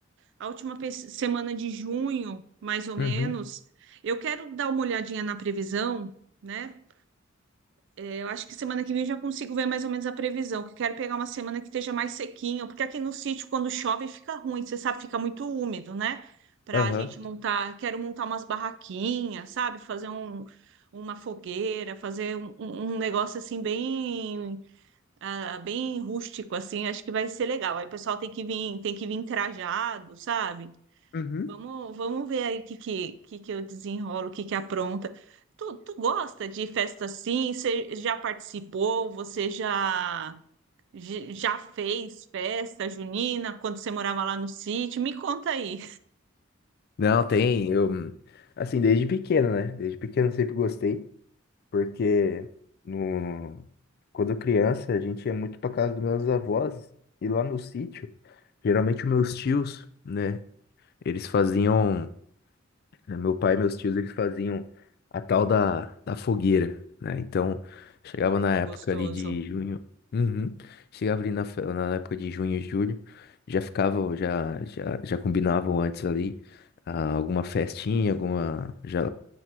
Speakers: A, on the right; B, on the left.
A: a última pe- semana de junho, mais ou menos.
B: Uhum.
A: Eu quero dar uma olhadinha na previsão, né, Eu acho que semana que vem eu já consigo ver mais ou menos a previsão, que eu quero pegar uma semana que esteja mais sequinha, porque aqui no sítio, quando chove, fica ruim, você sabe, fica muito úmido, né? Para
B: Aham.
A: a gente montar, quero montar umas barraquinhas, sabe? Fazer um, uma fogueira, fazer um, um- um negócio assim bem, ah, bem rústico, assim, acho que vai ser legal. Aí o pessoal tem que vir, tem que vir trajado, sabe?
B: Uhum.
A: Vamos, vamos ver aí o que, que, que, que eu desenrolo, o que, que apronta. Tu, tu gosta de festa assim? Você já participou? Você já, j- já fez festa junina quando você morava lá no sítio? Me conta aí.
B: Não, tem. Eu, assim, desde pequeno, né? Desde pequeno eu sempre gostei, porque no, quando eu criança a gente ia muito pra casa dos meus avós e lá no sítio, geralmente os meus tios, né? Eles faziam. né? Meu pai e meus tios, eles faziam a tal da, da fogueira, né? Então, chegava
A: Ai,
B: na
A: que
B: época
A: gostoso.
B: ali de junho, Uhum. Chegava ali na, fe- na época de junho e julho, já ficava, já, já, já combinavam antes ali ah, alguma festinha, alguma, já,